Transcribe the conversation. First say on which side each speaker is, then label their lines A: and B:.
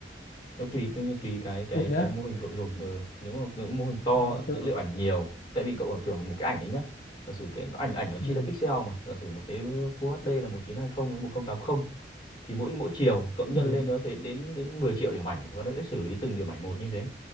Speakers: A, on the left; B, on the left.
A: nó tùy tự nhiên tùy cái cái
B: ô thế
A: cái
B: á
A: mô hình cậu dùng ừ. nếu mà cậu mô hình to
B: à,
A: dữ
B: tôi
A: liệu ảnh nhiều tại vì cậu tưởng tượng một cái ảnh đấy nhá giả sử cái ảnh ảnh nó chia
B: ừ
A: ra pixel mà giả sử một cái Full HD là 1920 với 1080, thì mỗi mỗi chiều cậu nhân
B: ừ
A: lên nó sẽ đến đến 10 triệu điểm ảnh và nó sẽ xử lý từng điểm ảnh một như thế